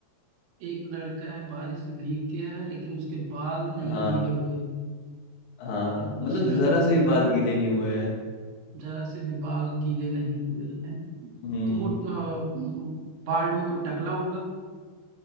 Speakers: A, on the right; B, on the left.
A: एक लड़का है बारिश से भीग गया है लेकिन उसके बाल नहीं
B: हाँ
A: गीले हुए हैं
B: हाँ
A: अच्छा
B: मतलब जरा से भी बाल गीले नहीं हुए हैं
A: जरा से भी बाल गीले नहीं हुए हैं
B: हम्म
A: तो वो अ, बाल हो टकला होगा